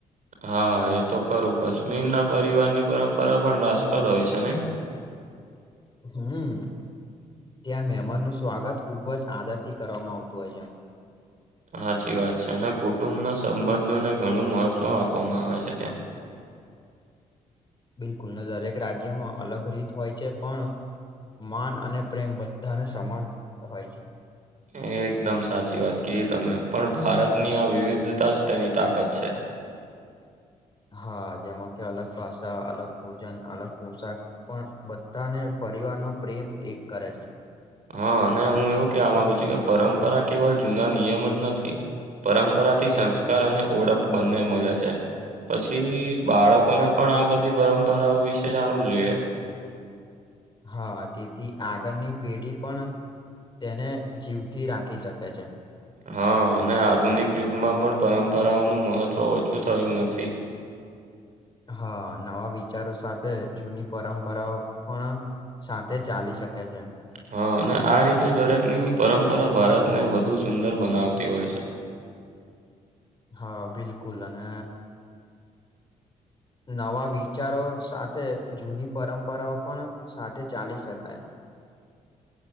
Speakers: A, on the right; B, on the left.
A: હા એ તો ખરું કાશ્મીર ના પરિવારની પરંપરા પણ રાસપ્રદ હોય છે
B: હમ ત્યાં મહેમાન નું સ્વાગત ખુબ જ આદર થી કરવામાં આવતું હોય છે
A: સાચી વાત છે અને કુટુંબના સંબંધોને ઘણું મહત્વ આપવામાં આવે છે
B: બિલકુલ ને દરેક રાજ્યમાં અલગ રીત હોય છે પણ માન અને પ્રેમ બધાને સમાન હોય છે
A: એ એકદમ સાચી વાત કીધી તમે પણ ભારતની આ વિવિધતા જ તેની તાકાત છે
B: હા જેમાં કે અલગ ભાષા અલગ ભોજન અલગ પોશાક પણ બધાને પરિવાર નો પ્રેમ એક કરે છે
A: હા અને હું એવું કહેવા માંગુ છું કે પરંપરા કેવલ જૂના નિયમ જ નથી પરંપરાથી સંસ્કાર અને ઓળખ બંને મળે છે પછી બાળકોને પણ આ બધી પરંપરાઓ વિશે જાણવું જોઈએ
B: હા તેથી આગળની પેઢી પણ તેને જીવથી રાખી શકે
A: હા અને આધુનિક યુગમાં પણ પરંપરાઓનું મહત્ત્વ ઓછું થયું નથી
B: હા નવા વિચારો સાથે જૂની પરંપરાઓ પણ સાથે ચાલી શકે છે
A: હા અને આ રીતે દરેકની પરંપરા ભારતને વધુ સુંદર બનાવતી હોય છે
B: હા બિલકુલ અને નવા વિચારો સાથે જૂની પરંપરાઓ પણ સાથે ચાલી શકાય